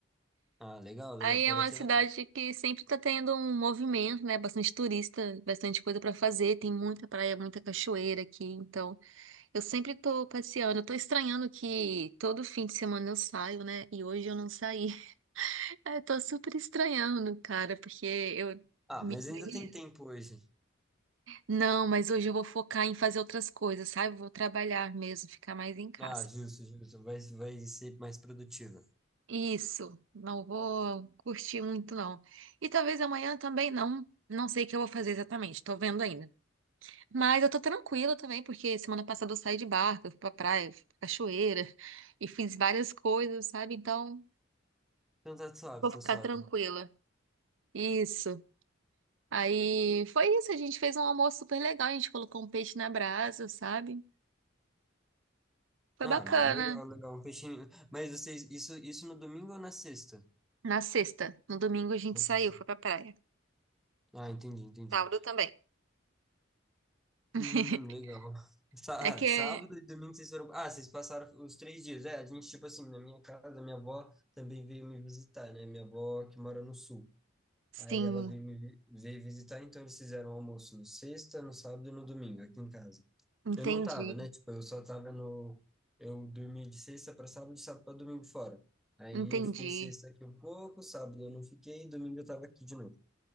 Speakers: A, in the centre; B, on the right (about 75°).
A: Ah, legal, legal.
B: Aí
A: Paraty
B: é uma cidade
A: é legal.
B: que sempre tá tendo um movimento, né? Bastante turista, bastante coisa pra fazer. Tem muita praia, muita cachoeira aqui. Então, eu sempre tô passeando. Eu tô estranhando que todo fim de semana eu saio, né? E hoje eu não saí. <laughs> Aí Eu tô super estranhando, cara, porque eu
A: Ah,
B: me
A: mas
B: organizo.
A: ainda tem tempo hoje.
B: Não, mas hoje eu vou focar em fazer outras coisas, sabe? Eu Vou trabalhar mesmo, ficar mais em casa.
A: Ah, justo, justo. Vai, vai ser mais produtiva.
B: Isso, não vou curtir muito, não. E talvez amanhã também não. Não sei o que eu vou fazer exatamente, tô vendo ainda. Mas eu tô tranquila também, porque semana passada eu saí de barco, eu fui pra praia, eu fui pra cachoeira <laughs> e fiz várias coisas, sabe? Então,
A: Então tá suave,
B: vou
A: tá
B: ficar
A: suave.
B: tranquila. Isso. Aí foi isso, a gente fez um almoço super legal, a gente colocou um peixe na brasa, sabe? Foi
A: Ah,
B: bacana.
A: legal, legal. Um peixinho. Mas vocês, isso, isso no domingo ou na sexta?
B: Na sexta, no domingo a gente
A: Na
B: saiu,
A: sexta.
B: foi pra praia.
A: Ah, entendi, entendi.
B: Sábado também. <laughs>
A: Hum, legal. Sá-
B: É que,
A: Sábado
B: é,
A: e domingo vocês foram. Ah, vocês passaram os três dias. É, a gente, tipo assim, na minha casa, minha avó também veio me visitar, né? Minha avó que mora no sul.
B: sim.
A: Aí ela veio me vi- veio visitar, então eles fizeram almoço no sexta, no sábado e no domingo, aqui em casa.
B: Entendi,
A: Eu não tava, né? Tipo, eu só tava no. Eu dormi de sexta para sábado, de sábado para domingo fora. Aí
B: entendi.
A: eu fiquei sexta aqui um pouco, sábado eu não fiquei, domingo eu tava aqui de novo.